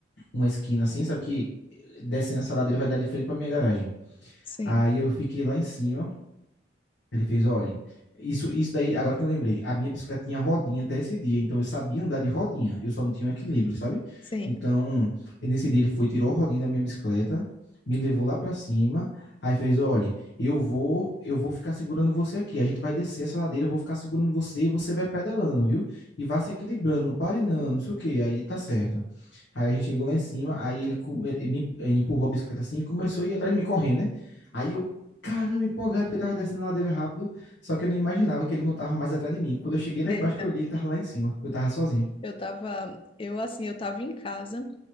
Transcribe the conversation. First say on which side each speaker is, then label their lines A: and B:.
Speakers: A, on the left; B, on the left.
A: uma esquina, assim, sabe? Que descendo essa ladeira vai dar de frente para minha garagem.
B: sim,
A: Aí eu fiquei lá em cima ele fez, olha, isso, isso daí, agora que eu lembrei, a minha bicicleta tinha rodinha até esse dia, então eu sabia andar de rodinha, eu só não tinha um equilíbrio, sabe?
B: sim.
A: Então, nesse dia ele foi, tirou a rodinha da minha bicicleta, me levou lá pra cima, aí fez, olha, eu vou, eu vou ficar segurando você aqui, a gente vai descer essa ladeira, eu vou ficar segurando você e você vai pedalando, viu? E vai se equilibrando, não pare não, não sei o quê, aí tá certo. Aí a gente chegou lá em cima, aí ele come- me empurrou a bicicleta assim e começou a ir atrás de mim correndo, né? Aí eu caramba, empolgado, porque eu tava descendo a ladeira rápido. Só que eu não imaginava que ele não tava mais atrás de mim. Quando eu cheguei lá
B: Eita,
A: embaixo, que eu olhei, ele tava lá em cima. Eu tava sozinho.
B: eu tava, eu assim, eu tava em casa.